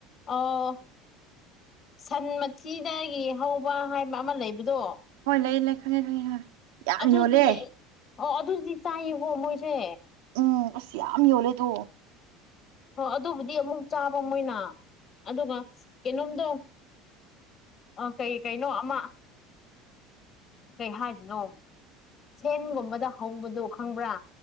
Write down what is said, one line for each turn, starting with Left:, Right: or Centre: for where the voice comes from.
Left: ꯑꯣ ꯁꯟ ꯃꯊꯤꯗꯒꯤ ꯍꯧꯕ ꯍꯥꯏꯕ ꯑꯃ ꯂꯩꯕꯗꯣ
Right: ꯍꯣꯏ ꯂꯩꯌꯦ ꯂꯩ ꯈꯪꯉꯦ ꯈꯪꯉꯦ ꯍꯣꯏ ꯌꯥꯝ
Left: ꯑꯗꯨꯗꯤ
Right: ꯌꯣꯜꯂꯦ
Left: ꯑꯣ ꯑꯗꯨꯗꯤ ꯆꯥꯏꯌꯦꯕꯣ ꯃꯣꯏꯁꯦ
Right: ꯎꯝ ꯑꯁ ꯌꯥꯝ ꯌꯣꯜꯂꯦꯗꯣ
Left: ꯍꯣ ꯑꯗꯨꯕꯨꯗꯤ ꯑꯃꯨꯛ ꯆꯥꯕ ꯃꯣꯏꯅ ꯑꯗꯨꯒ ꯀꯩꯅꯣꯝꯗꯣ ꯑ ꯀꯩ ꯀꯩꯅꯣ ꯑꯃ ꯀꯩ ꯍꯥꯏꯗꯣꯏꯅꯣ ꯁꯦꯟꯒꯨꯝꯕꯗ ꯍꯧꯕꯗꯣ ꯈꯪꯕ꯭ꯔꯥ